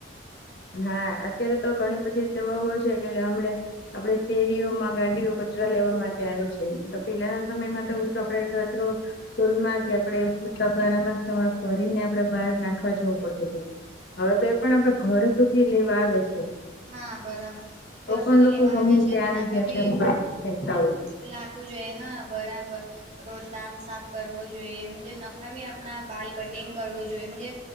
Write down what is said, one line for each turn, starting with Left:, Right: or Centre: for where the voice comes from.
Left: હા અત્યારે તો ઘણી બધી સેવાઓ છે કે લે હમડે, આપડે શેરીઓમાં ગાડીઓ કચરા લેવા માટે આવી છે. તો પેલાના સમયમાં તો એવુ તો આપડે કચરો સ્તૂલમાં કે આપડે તગારામાં ભરીને આપડે બહાર નાખવા જવું પડતું હતું. હવે તો એ પણ આપડે ઘર સુધી લેવા આવે છે.
Right: હા, બરાબર
Left: તો
Right: ઘર
Left: પણ
Right: સુધી
Left: લોકો
Right: લેવા
Left: ગમે
Right: આવે છે
Left: ત્યાં
Right: તે નામે
Left: આમ જેમ
Right: બી
Left: તેમ
Right: લાખ
Left: ફેંકતા હોઈએ છે
Right: રાખવું જોઈએ. હા, બરાબર. રોજ દાંત સાફ કરવો જોઈએ. મજે નખાવી આપના બાલ કટિંગ કરવું જોઈએ. મજે,